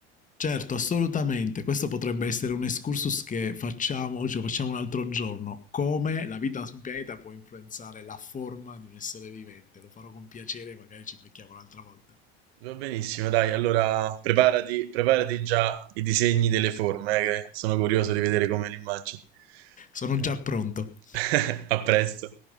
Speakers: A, on the left (about 25°); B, on the right (about 80°).
A: certo, assolutamente. Questo potrebbe essere un excursus che facciamo, ce lo facciamo un altro giorno. Come la vita su un pianeta può influenzare la forma di un essere vivente. Lo farò con piacere, magari ci becchiamo un'altra volta.
B: Va benissimo, dai, allora preparati, preparati già i disegni delle forme, eh, che sono curioso di vedere come le immagini.
A: Sono
B: Dai.
A: già pronto.
B: <laughs> A presto.